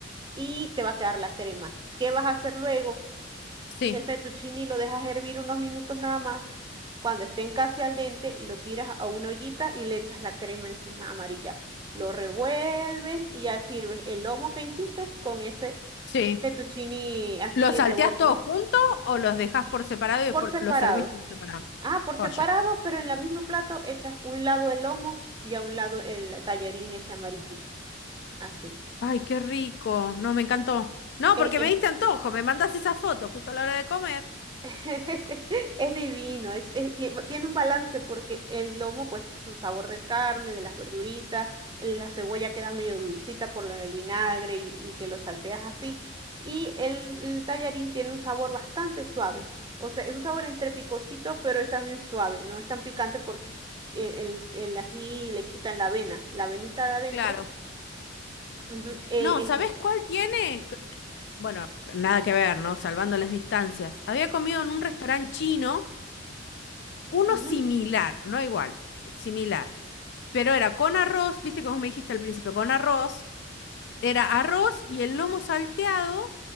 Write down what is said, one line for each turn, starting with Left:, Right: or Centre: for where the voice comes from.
Right: y te va a quedar la crema. ¿Qué vas a hacer luego?
Left: sí,
Right: El fettuccine lo dejas hervir unos minutos nada más. Cuando estén casi al dente, lo tiras a una ollita y le echas la crema encima amarilla. Lo revuelves y ya sirves el lomo que hiciste con ese
Left: sí.
Right: fettuccine así
Left: ¿Los salteás
Right: revuelto
Left: todos juntos o los dejás por separado y después
Right: por separado.
Left: los servís por separado?
Right: Ah, por separado,
Left: Joya.
Right: pero en la mismo plato echas un lado el lomo y a un lado el tallarín ese amarillito. Así.
Left: Ay, qué rico. No, me encantó. No,
Right: Es,
Left: porque
Right: es
Left: me diste antojo. Me mandás esa foto justo a la hora de comer.
Right: <laughs> Es divino, es, es- tie- tiene un balance porque el lomo, pues su sabor de carne, de las verduritas, la cebolla queda medio dulcita por lo del vinagre y, y que lo salteas así. Y el, el tallarín tiene un sabor bastante suave.
Left: Sí.
Right: O sea, es un sabor entre picosito, pero es también suave, no es tan picante porque el, el, el ají le quitan la avena, la avenita de adentro.
Left: Claro.
Right: ujú, eh,
Left: No,
Right: esa
Left: ¿sabés
Right: es.
Left: cuál tiene? C- c- Bueno, nada que ver, ¿no? Salvando las distancias. Había comido en un restaurante chino, uno
Right: ujú,
Left: similar, no igual, similar. Pero era con arroz, viste que vos me dijiste al principio, con arroz. Era arroz y el lomo salteado,